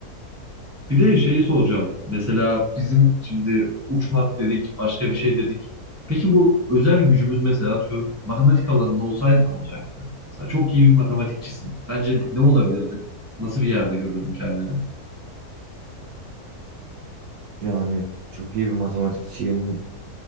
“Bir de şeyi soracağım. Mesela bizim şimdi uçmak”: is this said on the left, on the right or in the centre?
Right